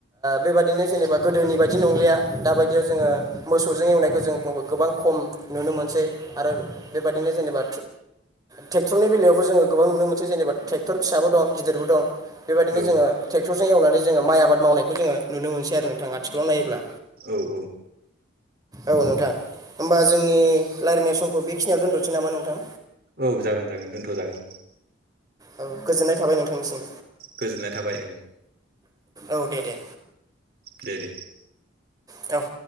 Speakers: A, on the right (about 20°); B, on the right (about 50°).
A: बेबादिनो जेनेबा गोदो नि बाददि नंलिया दा बायदियाव जोङो मोसौजों एवनायखौ जों गोबां खम नुनो मोनसै आरो बेबायदिनो जेनेबा ट्रेक्टरनि बेलायावबो जोङो गोबां नुनो मोनै जेनेबाट्रेक्टर फिसाबो दं गिदिरबो दं बेबायदिनो
B: औ
A: जोङो टेक्टर जों एवनानै जोङो माइ आबाद मावनायखौ जोङो नुनो मोनसै आरो नोंथां आथिखालाव नायोब्ला
B: औ औ।
A: औ नोंथां होमबा जोंनि रायज्लायनाय समखौ बेखिनियाव दोन्थ'नोसै नामा नोंथां।
B: औ जागोन जागोन दोनथ'जागोन।
A: औ गोजोननाय थाबाय नोंथांनिसिम
B: गोजोननाय थाबाय औ
A: औ दे दे
B: दे दे
A: दाउ